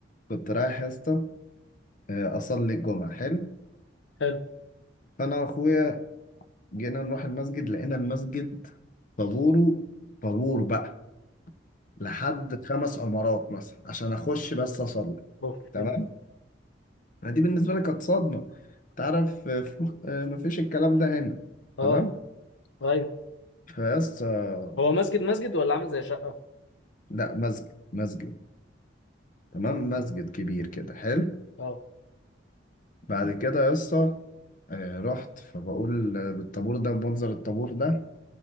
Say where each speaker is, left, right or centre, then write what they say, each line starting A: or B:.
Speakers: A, on the left (about 45°); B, on the left (about 80°).
A: كنت رايح يا اسطى آه، أصلي الجمعة حلو
B: حلو
A: فأنا وأخويا جينا نروح المسجد لقينا المسجد طابوره طابور بقى لحد خمس عمارات مثلا عشان أخش بس أصلي
B: اوف
A: تمام
B: يلا
A: ما دي بالنسبة لي كانت صدمة تعرف آه، في- آه، مفيش الكلام ده هنا
B: اه
A: تمام
B: ايوه
A: فيس آه،
B: هو مسجد مسجد ولا عامل زي شقه
A: لا مسجد مسجد تمام مسجد كبير كده حلو
B: اه
A: بعد كده يسا آه، رحت فبقول آه، بالطابور ده بمنظر الطابور ده